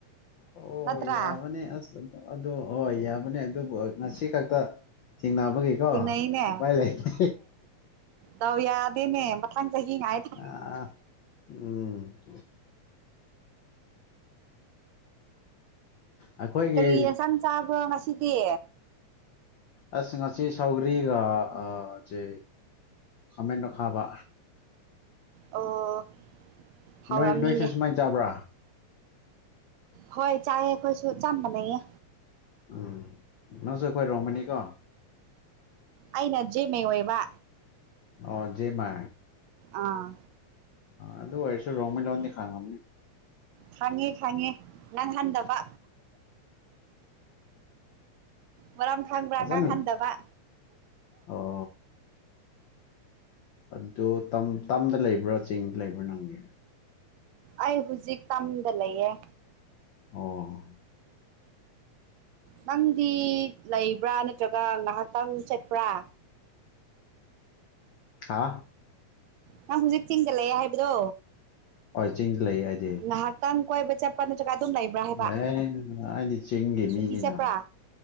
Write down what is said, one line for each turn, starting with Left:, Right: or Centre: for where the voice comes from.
Left: ꯑꯣ
Right: ꯅꯠꯇ꯭ꯔꯥ
Left: ꯌꯥꯕꯅꯦ ꯑꯁ ꯑꯗꯣ ꯍꯣꯏ ꯌꯥꯕꯅꯦ ꯑꯗꯨꯕꯨ ꯉꯁꯤ ꯈꯛꯇ ꯊꯦꯡꯅꯕꯒꯤ ꯀꯣ
Right: ꯊꯦꯡꯅꯩꯅꯦ
Left: ꯎꯄꯥꯏ ꯂꯩꯇꯦ
Right: ꯗꯧ ꯌꯥꯗꯦꯅꯦ ꯃꯊꯪ ꯆꯍꯤ ꯉꯥꯏꯗ
Left: ꯑꯥ ꯎꯝ ꯑꯩꯈꯣꯏꯒꯤ
Right: ꯀꯔꯤ ꯌꯦꯟꯁꯥꯡ ꯆꯥꯕ꯭ꯔꯣ ꯉꯁꯤꯗꯤ
Left: ꯑꯁ ꯉꯁꯤ ꯁꯥꯎꯒ꯭ꯔꯤꯒ ꯁꯦ ꯈꯥꯃꯦꯟꯣ ꯑꯈꯥꯕ
Right: ꯑꯣ ꯍꯥꯎꯔꯝꯅꯤꯅꯦ
Left: ꯅꯣꯏ ꯅꯣꯏꯁꯨ ꯁꯨꯃꯥꯏꯅ ꯆꯥꯕ꯭ꯔꯥ
Right: ꯍꯣꯏ ꯆꯥꯏꯌ‌ꯦ ꯑꯩꯈꯣꯏꯁꯨ ꯆ‌ꯥꯞ ꯃꯥꯟꯅꯩꯌ‌ꯦ
Left: ꯎꯝ ꯅꯪꯁꯨ ꯑꯩꯈꯣꯏ ꯔꯣꯡꯃꯩꯅꯤꯀꯣ
Right: ꯑꯩꯅ ꯖꯦꯃꯦ ꯑꯣꯏꯕ
Left: ꯑꯣꯖꯦꯃ
Right: ꯑꯥ
Left: ꯑꯗꯨ ꯑꯣꯏꯔꯁ ꯔꯣꯃꯩ ꯂꯣꯟꯗꯤ ꯈꯥꯉꯝꯅꯤ
Right: ꯈꯥꯡꯉꯦ ꯈꯥꯡꯉꯦ ꯉꯥꯡ ꯍꯟꯗꯕ ꯃꯔꯝ ꯈꯥꯡꯕ꯭ꯔꯥ
Left: ꯐꯖꯅ
Right: ꯉꯥꯡ ꯍꯟꯗꯕ
Left: ꯑꯣ ꯑꯗꯨ ꯇꯝꯗ ꯂꯩꯕ꯭ꯔꯥ ꯆꯤꯡꯗ ꯂꯩꯕ꯭ꯔꯥ ꯅꯪꯗꯤ
Right: ꯑꯩ ꯍꯧꯖꯤꯛ ꯇꯝꯗ ꯂꯩꯌꯦ
Left: ꯑꯣ
Right: ꯅꯪꯗꯤ ꯂꯩꯕ꯭ꯔꯥ ꯅ ꯖꯒꯥ ꯉꯍꯥꯛꯇꯪ ꯆꯠꯄ꯭ꯔꯥ
Left: ꯍꯥ
Right: ꯅꯪ ꯍꯧꯖꯤꯛ ꯆꯤꯡꯗꯂꯩꯑꯦ ꯍꯥꯏꯕꯗꯣ
Left: ꯍꫭꯏ ꯆꯤꯡꯗ ꯂꯩꯌ‌ꯦ
Right: ꯉꯥꯏꯍꯥꯛꯇꯪ ꯀꯣꯏꯕ ꯆꯠꯄ꯭ꯔꯥ ꯅꯠꯇ꯭ꯔꯒ ꯑꯗꯨꯝ ꯂꯩꯕ꯭ꯔꯥ ꯍꯥꯏꯕ
Left: ꯑꯦ ꯑꯩꯗꯤ ꯆꯤꯡꯒꯤ
Right: ꯁꯨꯇꯤ
Left: ꯃꯤꯅꯤꯅ
Right: ꯆꯠꯄ꯭ꯔꯥ